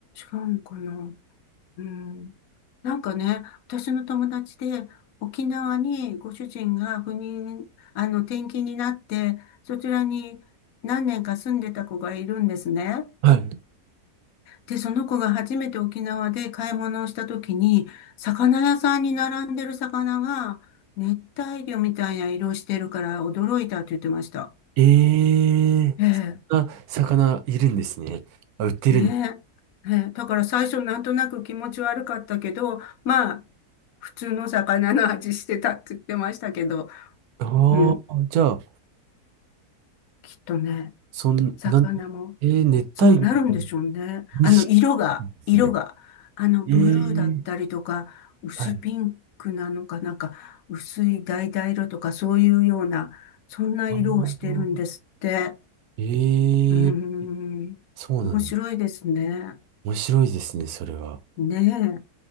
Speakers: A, on the left; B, on the right.
A: 違うのかな。うん。なんかね、私の友達で沖縄にご主人が赴任、あの、転勤になって、そちらに何年か住んでた子がいるんですね。
B: あ、はい。
A: で、その子が初めて沖縄で買い物をした時に、魚屋さんに並んでる魚が熱帯魚みたいな色してるから驚いたって言ってました。
B: ええー、
A: ええ、
B: そんな魚いるんですね。あ、売ってるんです。
A: ねえ。ええだから最初なんとなく気持ち悪かったけど、まあ、普通の魚の味してたって言ってましたけど、
B: あ
A: うん、
B: あー、じゃあ、
A: きっとね、
B: そん、
A: 魚も
B: なん、えー、熱帯魚みたいな。
A: そうなるんでしょうね。
B: 美味しいですね。
A: あの、色が、色が、あの、
B: ええ
A: ブルーだったりとか、薄ピンクなのかなんか、
B: はい。
A: 薄い橙色とかそういうような、そんな色をしてるんですって。
B: ああ、ええ
A: うーん、
B: そうなんだ。
A: 面白いですね。
B: 面白いですね、それは。
A: ね